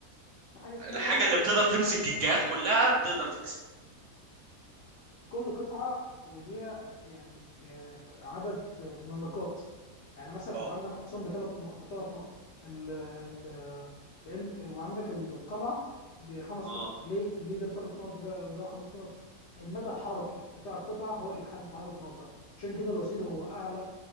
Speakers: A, on the left (about 65°); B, on the right (about 65°).
A: في حاجه اسمها
B: الحاجه
A: تانية
B: اللي بتقدر تمسك الجهات كلها بتقدر تكسب
A: كل قطعة وليها يعني آه، عدد من النقاط يعني مثلا
B: اه
A: انت عندك الحصان بثلاث بثلاث نقط ال ال لان وعندك القلعة بخمس
B: اه
A: نقط ليه ليه ده بثلاث نقط وده وده خمس نقط المدى الحركي بتاع القطعة هو اللي بيحدد عدد نقطها عشان كده الوزير هو اعلى